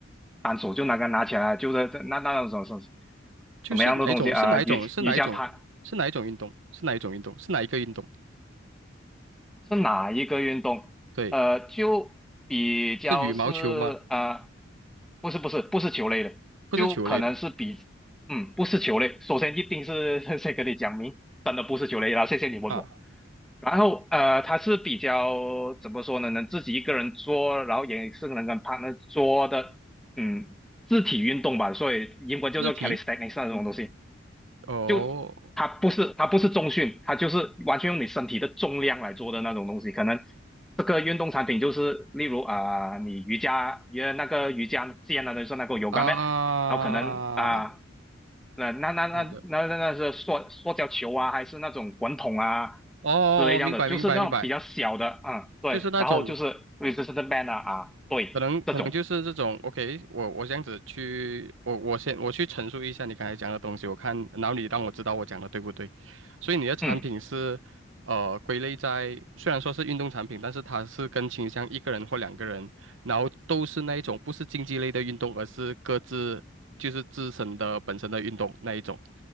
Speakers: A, in the centre; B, on the right.
A: 单手就拿个拿起来，就是这那那种什么什么什么样的东西啊、
B: 就是哪一种，是哪一种，
A: 呃瑜瑜伽毯
B: 是哪一种，是哪一种运动，是哪一种运动，是哪一个运动？
A: 是哪一个运动？
B: 对，
A: 呃，就比较是
B: 是羽毛球吗？
A: 呃，不是不是不是球类的，
B: 不是球类的
A: 就可能是比嗯不是球类。首先一定是 <laughs> 先跟你讲明，真的不是球类然后谢谢你问我。
B: 啊，
A: 然后呃，它是比较怎么说呢？能自己一个人做，然后也是能跟 partner 做的，嗯，肢体运动吧，所以英文叫做
B: 肢体，
A: calisthenics 那种东西。
B: 哦，
A: 就它不是它不是重训，它就是完全用你身体的重量来做的那种东西。可能这个运动产品就是例如啊、呃你瑜伽来那个瑜伽垫啊，就是那个 yoga
B: 啊，
A: mat，然后可能啊。呃那那那那那那是塑塑胶球啊，
B: 好的，
A: 还是那种滚筒啊
B: 哦，
A: 之类这样的，
B: 哦明白，
A: 就是那种比较小的，
B: 明白，明白，
A: 嗯，对，
B: 就是那种
A: 然后就是 r e s i s t a n c e band 啊啊，对，
B: 可能可能就是这种，OK，
A: 这种，
B: 我我这样子去，我我先我去陈述一下你刚才讲的东西，我看，然后你让我知道我讲的对不对。所以你的产品是，
A: 嗯
B: 呃，归类在虽然说是运动产品，但是它是更倾向一个人或两个人，然后都是那一种不是竞技类的运动，而是各自就是自身的本身的运动那一种，